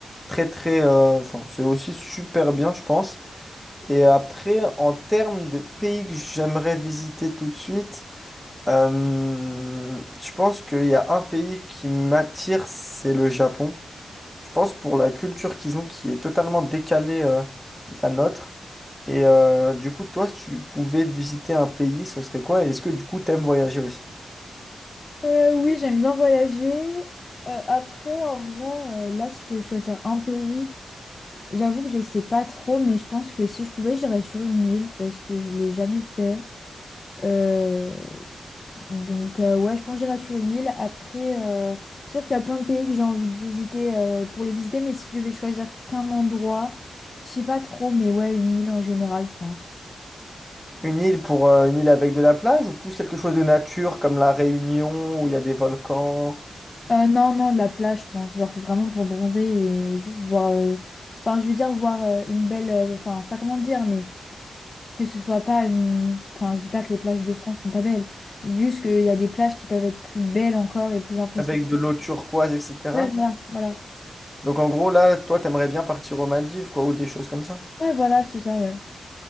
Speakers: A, in the centre; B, on the left (about 30°).
A: très, très, euh, enfin, c'est aussi super bien, je pense. Et après, en termes de pays que j'aimerais visiter tout de suite, euh, je pense qu'il y a un pays qui m'attire, c'est le Japon. Je pense pour la culture qu'ils ont qui est totalement décalée euh, de la nôtre. Et euh, du coup, toi, si tu pouvais visiter un pays, ce serait quoi? Et est-ce que du coup, t'aimes voyager aussi?
B: Euh, oui, j'aime bien voyager. Euh, après, en vrai, euh, là, si je devais choisir un pays, j'avoue que je sais pas trop, mais je pense que si je pouvais, j'irais sur une île parce que je l'ai jamais fait. Euh, Donc, euh, ouais, je pense que j'irais sur une île. Après, euh, c'est sûr qu'il y a plein de pays que j'ai envie de visiter euh, pour les visiter, mais si je devais choisir qu'un endroit, je sais pas trop, mais ouais, une île en général, je pense.
A: Une île pour euh, une île avec de la plage ou plus quelque chose de nature comme la Réunion où il y a des volcans,
B: Euh, non, non, de la plage, je pense. Genre vraiment pour bronzer et juste voir. euh, Enfin, je veux dire, voir euh, une belle. euh, Enfin, je sais pas comment dire, mais que ce soit pas une. Enfin, je dis pas que les plages de France sont pas belles. Je dis juste qu'il y a des plages qui peuvent être plus belles encore et plus impressionnantes.
A: avec de l'eau turquoise, etc.
B: Ouais, voilà, voilà.
A: Donc en gros, là, toi, t'aimerais bien partir aux Maldives, quoi, ou des choses comme ça.
B: Ouais, voilà, c'est ça, ouais.